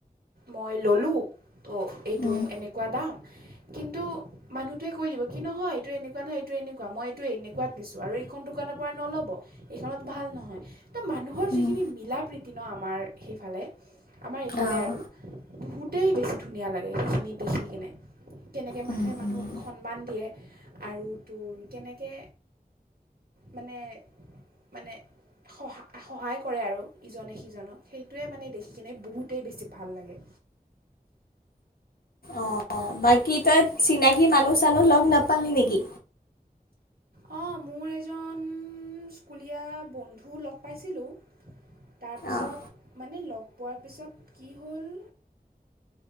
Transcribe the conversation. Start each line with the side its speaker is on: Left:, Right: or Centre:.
Right: মই ল'লোঁ ত' এইটো
Left: উম,
Right: এনেকুৱা দাম কিন্তু মানুহটোৱে কৈ দিব কিন্ত নহয় এইটো মানুহটোয়ে মানু্হটোৱে কৈ দিব কি এইটো এনেকুৱা নহয়, এইটো এনেকুৱা, মই এইটো এনেকুৱাত দিছোঁ আৰু এইখন দোকানৰ পৰা নল'ব। এইখনত ভাল নহয়, ত' মানুহৰ
Left: উম,
Right: যিখিনি মিলা প্ৰীতি ন' আমাৰ সেইফালে আমাৰ এইফালে
Left: অঁ
Right: আৰু, বহুতেই বেছি ধুনীয়া লাগে, সেইখিনি দেখি কিনে। কেনেকে মানুহে
Left: উম,
Right: মানুহক
Left: উম।
Right: সন্মান দিয়ে আৰু তোৰ কেনেকে মানে, মানে সহা-সহায় কৰে আৰু ইজনে সিজনক সেইটোৱে মানে দেখি কিনে বহুতেই বেছি ভাল লাগে।
Left: অ' বাকী তই চিনাকি মানুহ চানুহ লগ নাপালি নেকি?
Right: অ' মোৰ এজন স্কুলীয়া বন্ধু লগ পাইছিলোঁ। তাৰপিছত,
Left: অঁ
Right: মানে লগ পোৱাৰ পিছত কি হ'ল